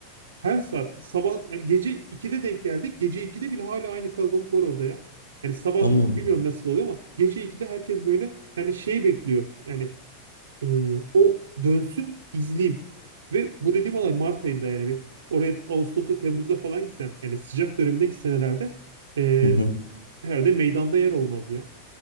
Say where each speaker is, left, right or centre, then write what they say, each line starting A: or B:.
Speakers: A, on the right; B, on the right.
A: Her saat sabah yani gece 2'de denk geldik. Gece 2'de bile hala aynı kalabalık var orada ya. Yani sabah
B: Allah'ım.
A: bilmiyorum nasıl oluyor ama gece 2'de herkes böyle yani şey bekliyor. Yani ee, o dönsün izleyeyim. Ve bu dediğim olay Mart ayında yani bir oraya Ağustos'ta Temmuz'da falan gitsen yani sıcak döneminde gitsen herhalde ee,
B: Hı hı.
A: herhalde meydanda yer olmaz ya.